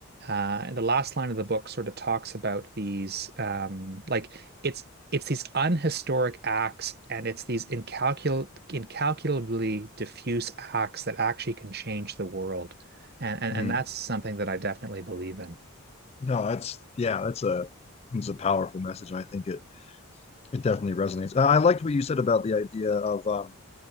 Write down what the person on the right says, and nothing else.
uh, the last line of the book sort of talks about these um, like it's it's these unhistoric acts, and it's these incalcul incalculably diffuse acts that actually can change the world and and,
and that's something that I definitely believe in.